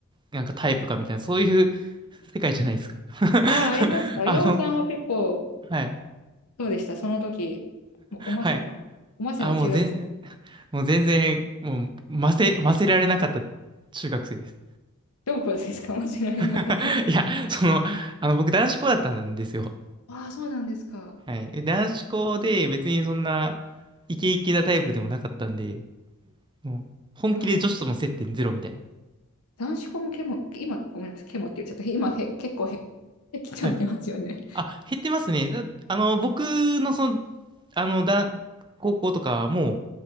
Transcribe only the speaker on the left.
ああ、
ありますか岩尾さんは結構、
どうでしたその時、もおませな、
おませな中学生、
どうこうですか間違えなかった。
ああ、そうなんですか。
はい。男子校もケモ、今、ごめんなさい、ケモって言っちゃった。今へ、結構へ、できちゃってますよね。